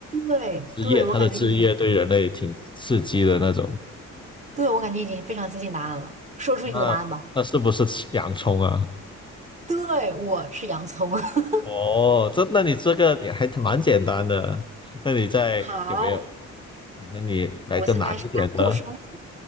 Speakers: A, on the right (about 25°); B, on the left (about 15°).
A: 对对，
B: 汁液，
A: 我感觉你，
B: 它的汁液对人类挺刺激的那种。
A: 对我感觉已经非常接近答案了。说出你的答案吧。
B: 那那是不是洋葱啊？
A: 对，我是洋葱。<laughs>
B: 哦，这那你这个也还蛮简单的。那你在有没有？
A: 好，
B: 那你来个难一点的。
A: 我现在是难度升级，